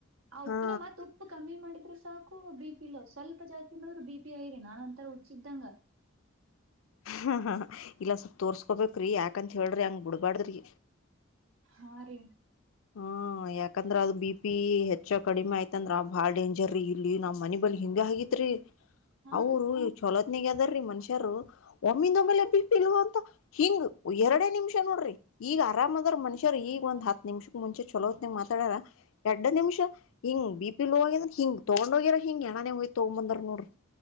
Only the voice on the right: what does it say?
ಆ
ಉಪ್ಪನೆ ಮತ್ ಉಪ್ಪು ಕಮ್ಮಿ ಮಾಡಿದ ಸಾಕು ಬಿ ಪಿಲೋ ಸ್ವಲ್ಪ ಜಾಸ್ತಿ ಮಾಡದ್ರರು ಬಿ ಪಿ ಆಐರಿ ನಾನನ್ ಒಂತರ ಹುಚ್ಚಿದಂಗ
ಹಾ ರೀ
ಹಾ